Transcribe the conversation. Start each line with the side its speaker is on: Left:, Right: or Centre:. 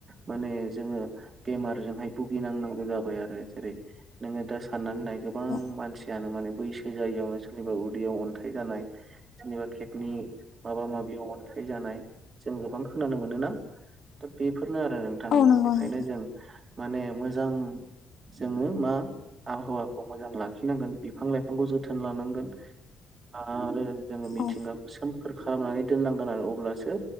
Right: माने जोङो बेमारजोंहाय भुगिनांनांगौ जाबाय आरो जेरै नोङो दा साननानै नाय गोबां
Left: औ
Right: मानसियानो माने बैसो जायियावनो सोरनिबा उदैयाव अन्थाइ जानाय सोरनिबा केकनि माबा माबियाव अन्थाइ जानाय जों गोबां खोनानो मोनोना दा बेफोरनो आरो नोंथां
Left: औ नंगौ
Right: बेखायनो
Left: नोंथां
Right: जों माने मोजां जोङो मा आबहावाखौ मोजां लाखिनांगोन बिफां लाइफांखौ जोथोन लानांगोन आरो जोङो मिथिंगाखौ
Left: औ
Right: सो खोर खालामनानै दोननांगोन आरो अब्लासो